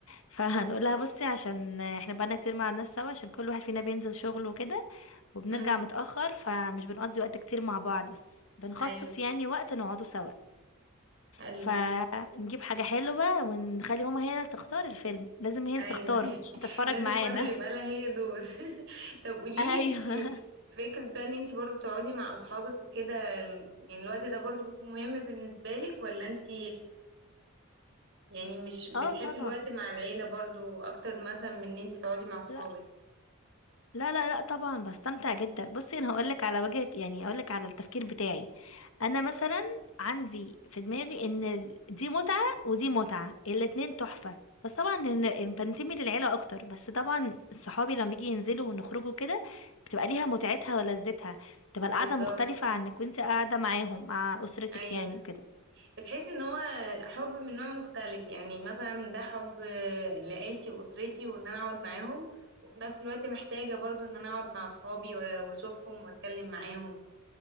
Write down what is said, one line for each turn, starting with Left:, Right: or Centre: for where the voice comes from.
Left: فهنقول لها بصي عشان احنا بقالنا كتير ما قعدناش سوا عشان كل واحد فينا بينزل شغله وكده وبنرجع
Right: امم
Left: متاخر فمش بنقضي وقت كتير مع بعض بس بنخصص
Right: ايوه
Left: يعني وقت نقعده سوا
Right: حلو
Left: فنجيب حاجة حلوة ونخلي هما هي اللي تختار الفيلم لازم هي اللي
Right: ايوه
Left: تختاره
Right: <laughs>
Left: عشان تتفرج
Right: لازم
Left: معانا
Right: برضه يبقى
Left: <laughs>
Right: لها هي دور <laughs> طب قولي
Left: ايوه
Right: لي انت فكره بقى ان انت برضه تقعدي مع اصحابك وكده ال- يعني الوقت ده برضه بيكون مهم بالنسبه لك ولا انت يعني مش بتحبي
Left: اه طبعا
Right: الوقت مع العيلة برضو اكتر مثلا من ان انتي تقعدي مع صحابك
Left: لا لا لا لا طبعا بستمتع جدا بصي انا هقولك على وجهة يعني هقولك على التفكير بتاعي انا مثلا عندي في دماغي ان ال- دي متعة ودي متعة الاتنين تحفة بس طبعا إن إن بنتمي للعيلة اكتر بس طبعا صحابي لما بيجي ينزلوا ونخرجوا كده بتبقى ليها متعتها ولذتها بتبقى القعدة
Right: بالظبط
Left: مختلفة عنك وانت قاعدة معاهم مع اسرتك
Right: ايوه
Left: يعني كده
Right: بتحسي ان هو حب من نوع مختلف يعني مثلا ده حب آه، لعيلتي واسرتي وان انا اقعد معاهم وفي نفس الوقت محتاجة برضو ان انا اقعد مع صحابي و- واشوفهم واتكلم معاهم